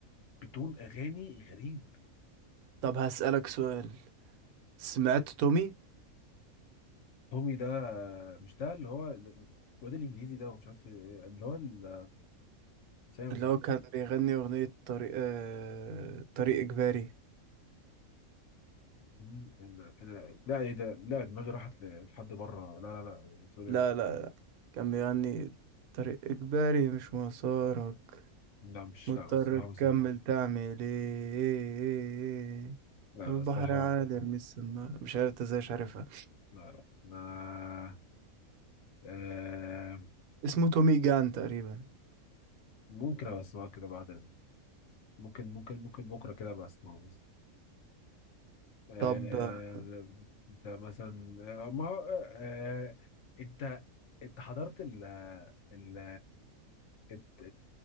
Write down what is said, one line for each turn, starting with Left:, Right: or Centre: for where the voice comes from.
Left: بتون اغاني غريب
Right: طب هسألك سؤال سمعت تومي
Left: تومي ده مش ده اللي هو الواد الانجليزي ده ومش عارف إيه، اللي هو ال- سامس
Right: اللي هو كان بيغني أغنية طريق آه... طريق إجباري
Left: تومي انا أنا- لا ايه ده لا دماغي راحت ل- لحد بره لا لا لا سوري،
Right: لا
Left: لا لا
Right: لا لا كان بيغني طريق إجباري مش مسارك
Left: لا، مش
Right: مضطر
Left: لا بس لا
Right: تكمل
Left: ما سمعتوش
Right: تعمل ايه
Left: لا
Right: البحر
Left: لا الصراحه
Right: عالي ارمي السنارة مش عارف انت ازاي مش عارفها
Left: لا لا انا آه
Right: اسمه تومي جان تقريبا
Left: ممكن ابقى اسمعه كده بعدين ممكن ممكن ممكن بكره كده ابقى اسمعه آه،
Right: طب
Left: انت مثلا آه، ما هو آه، انت انت حضرت ال ال الت-